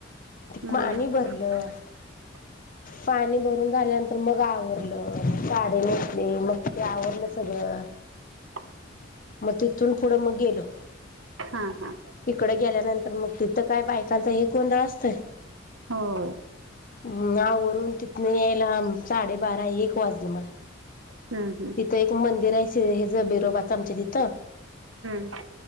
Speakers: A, on the right; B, on the left.
A: हम्म
B: पाणी भरलं.
A: <inaudible>
B: पाणी भरून झाल्यानंतर मग आवरलं साडी नेसली मग ते आवरलं सगळं.
A: ह
B: मग तिथून पुढं मग गेलो
A: हा हा.
B: तिकडे गेल्यानंतर मग तिथं काय बायकांचा एक गोंधळ असतोय.
A: हो.
B: हम् आवरून तिथन यायला साडेबारा एक वाजलं मला.
A: हम्म हम्म
B: तिथं एक मंदिर आहे हे ज बिरोबाच आमच्या तिथं.
A: ह.